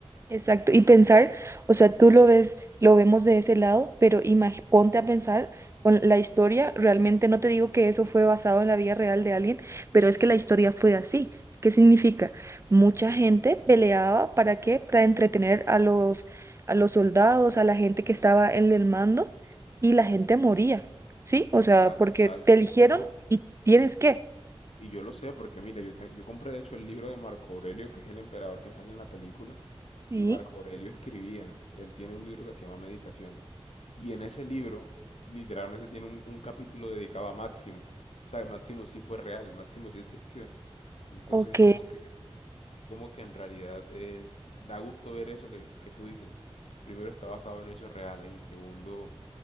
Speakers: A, on the right; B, on the left.
A: exacto. Y pensar, o sea, tú lo ves, lo vemos de ese lado, pero imag- ponte a pensar con la historia, realmente no te digo que eso fue basado en la vida real de alguien, pero es que la historia fue así. ¿Qué significa? Mucha gente peleaba, ¿para qué? Para entretener a los, a los soldados, a la gente que estaba en el mando, y la gente moría, ¿sí? O
B: Total,
A: sea, porque
B: total.
A: te eligieron
B: No,
A: y tienes que,
B: Y yo lo sé porque, mira, yo, te- yo compré de hecho el libro de Marco Aurelio, que es el emperador que sale en la película,
A: ¿sí?
B: y Marco Aurelio escribía, él tiene un libro que se llama Meditaciones, y en ese libro literalmente tiene un, un capítulo dedicado a Máximo. O sea, que Máximo sí fue real, Máximo sí existió. Entonces
A: Ok.
B: es como que, es como que en realidad es, da gusto ver eso que, que tú dices. Primero está basado en hechos reales y segundo